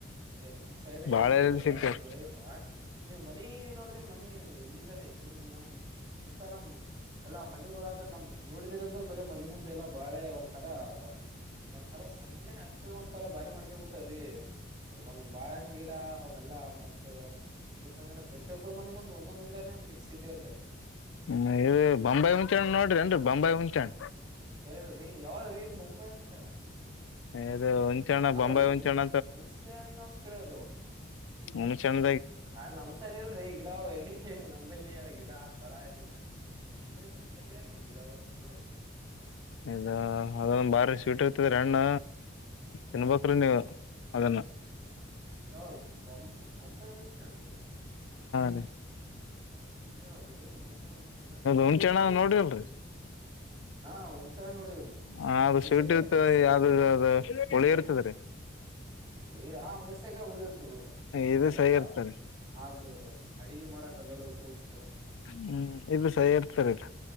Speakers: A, on the right; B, on the left.
A: ಯ್ ನಮ್ ಸೈಡ್ ಏನ್ರೀ
B: ಬಾಳೆ ಎಲ್ಲಿ
A: ಬಾಳೆಹಣ್ಣು
B: ಸಿಗ್ತಾವ
A: ಬರ ಬಾಳೆ ನೀವ್ ಮನೆ ನೋಡ್ರಿ ಮನಿ ಎಲ್ಲಿತನ ಐತರಿ ಹ್ಮ್ ನಮ್ ಸುತ್ತ ನಮ್ ಎಲ್ಲಾ ಮನೆಗಳದ ನಮ್ ನೋಡಿದರಿ ಅಂದ್ರೆ ಬರೀ ಮನೆ ಮುಂದೆ ಎಲ್ಲಾ ಬಾಳೆ ಒಂಥರ ಬಾ ಒಂದ್ಸರ ಸಣ್ಣೆಗ ಹತ್ತಿಗ ಒಂತರ ಬಾರಿ ಮಡ್ಕಬಟ್ಟರ ಒಂದ್ ಬಾಳೆಹಣ್ಣು ಗಿಡ ಅವೆಲ್ಲ ಮತ್ತ ಸಿಕ್ಕಣ್ರ ಪ್ರತಿಯೊಬ್ಬರು ಮನಿ ಮುಂದ್ ಒಂದೊಂದ್ ಗಿಡನೆ ಫಿಕ್ಸ್ ಇದ್ದೇ ಇರ್ತಾವ ರೀ
B: ಹ್ಮ ಇ ಬಾಂಬೆಯಿ ಹುಂಚೆ ಹಣ್ಣ ನೋಡರೀ ಏನ್ರಿ ಬಾಂಬೆಯಿ ಹುಂಚೆ ಹಣ್ಣ
A: ಕೇಳಲ್ರಿ ಯಾವದ್ರಿ ಇದು ಬೊಂಬೈ ಹುಂಚೆ ಹಣ್ಣ
B: ಇದು ಹುಂಚಣ್ಣ
A: ಹ ನಾವ
B: ಬೊಂಬಾಯಿ ಹುಂಚಣ್ಣ
A: ಹುಣಸೆ ಹಣ್ಣು ಅಂತ ಕೇಳಿವ ರೀ
B: ಹುಣಸೆಹಣ್ಣ
A: ಹಾ ನಮ್ ಸೈಡ್ ಇಲ್ರರಿ ಗಿಡ ಅವ ಎಲ್ಲಿ ನಂಬಲ್ಲಿ ಅವ ಗಿಡ ಆತರ ಏನ್ ಇಲ್ರರಿ ನಿಮಲ್ಲಯ ರೀ ಗಿಡಗಳ ಸಿಗೋವರಿ
B: ಇದ ಅದೊಂದು ಬಾರಿ ಸ್ವೀಟ್ ಇರ್ತದ ರೀ ಹಣ್ಣ ತಿನ್ಬೇಕ್ರೀ
A: ಹೌದ್
B: ನೀವು ಅದನ್ನು
A: ಯಾವುದು ಬೊ ಬೊಂಬಾಯಿ ಹುಣಸೆಹಣ್ರೀ
B: ಅದ
A: ಇದ್ಯಾವ್ದ್ರಿ ಬೊಂಬಾಯಿ ಹುಣ್ಸೆಹಣ್ಣ
B: ಹುಣಸೆ ಹಣ್ಣು ನೋಡಿಲ್ರಿ
A: ಹಾ ಹುಣ್ಸೆಹಣ್ ನೋಡಿವ್ರಿ
B: ಹದು
A: ಹುಣಸೆಕಾಯಿ
B: ಸ್ವೀಟ್ ಇರ್ತದೆ
A: ಹುಣಸೆಕಾಯಿ
B: ಯಾವ್ದ ಅದು ಹುಳಿ ಇರ್ತದ್ರಿ
A: ಹಾ ಹುಳಿ ಹುಣಸೆಕಾಯಿ ಹುಳಿ ಇರ್ತದೆ ಬಿಡ್ರಿ
B: ಇದು
A: ಅದೆಲ್ಲಾ
B: ಸೈ ಇರ್ತರಿ
A: ಅದೇವು ಅಡುಗೆ ಮಾಡಕ್ ಅದೆಲ್ ಉಪಯೋಗಿಸ
B: ಹ್ಮ್ ಇದುಸ ಇರ್ತಾರಲ್ಲ